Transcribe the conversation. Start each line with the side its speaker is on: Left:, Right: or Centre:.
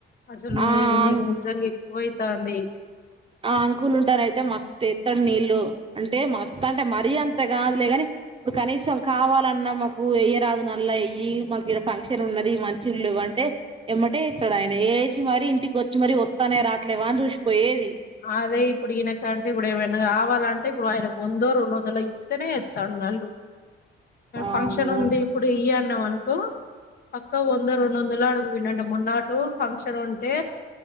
Left: అసలు నెయి
Right: ఆ
Left: నీకు నిజంగా ఎక్కువవుతాంది
Right: ఆ అంకులు ఉంటనయితే మస్త్ ఎత్తడు నీళ్లు అంటే మస్తు అంటే మరీ అంత కాదులే గని ఇప్పుడు కనీసం కావాలన్నా మాకు ఎయ్యరాదు నల్ల ఎయ్యి మాకిడ ఫంక్షన్ ఉన్నది మంచిళ్ లేవంటే ఎమ్మటే ఎత్తడు ఆయన ఎసి మరి ఇంటికి వచ్చి మరి వత్తానయ రాట్లేవా అని చూసిపోయేది
Left: అదే ఇప్పుడు ఈయనకడికి కుడా ఏమన్న కావాలంటే ఇప్పుడు ఆయనకు వందో రెండో వందలో ఇత్తనే ఎతాండు నల్లు
Right: వామ్మో
Left: ఫంక్షన్ ఉంది ఇప్పుడు ఎయి అన్నాం అనుకో పక్క వందో రెండోందలో అడుగింట మొన్న ఇప్పుడు ఫంక్షన్ ఉంటే